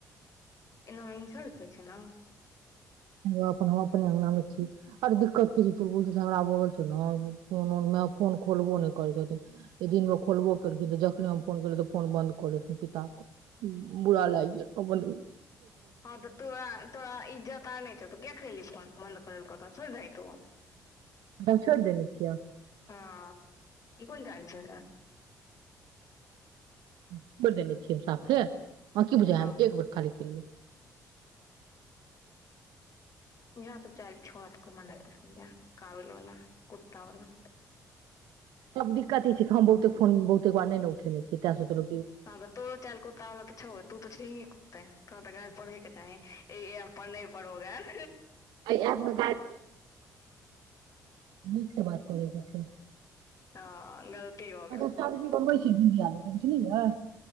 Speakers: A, on the left; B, on the right.
A: एनामे इन्सल्ट होइ छै न
B: अपने अंगना मे छी आर दिक्कत क चूलबुल झगड़ा भा गेल छै न फोन खोलबो नइ करैय छथिन एहि दिन मे खोलबो करेलखिन तऽ जखनी हम फोन कलिए तखने फोन बन्द क लेलखिन पिता बुरा लागि गेल बन
A: ह तोरा तोरा इज्जत त नहि छै त क ख लिन बन्द करैल कत छोर दही तु हँ
B: हम छोड़ि देने छियै
A: ई कोन चइल <unintelligible>
B: छोइर देने छियै हम साफे अहाके की
A: हँ
B: बुझाय है एक बेर खाली केलियए
A: इहे सब चाइल छोरा सब क हमरा नइ निक लगैय य काबिल वला कुत्तावला
B: सब दिक्कत ई छै बहुते फोन बहुते बार नइ न उठेने छिय तै सोचल
A: हँ तऽ तोरो चल कुत्ता वाला त छौै तू तऽ छै ही कुत्ते तोड़ा तऽ गाइर पढ़ैये क चाही ई ए अपन नइ परो गाइर
B: <unintelligible> नीक सँ बात करयके छै
A: हँ गलती भ
B: अगर
A: गेल
B: सब्जी <unintelligible>